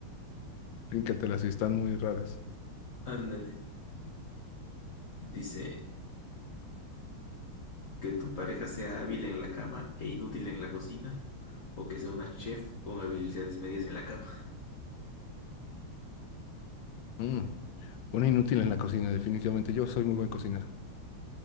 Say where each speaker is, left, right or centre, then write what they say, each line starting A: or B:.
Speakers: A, on the left (about 70°); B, on the left (about 45°).
A: bríncatelas y están muy raras.
B: <laughs> Ándale. Dice que tu pareja sea hábil en la cama e inútil en la cocina, o que sea una chef con habilidades medias en la cama.
A: Mm. Una inútil en la cocina, definitivamente. Yo soy muy buen cocinero.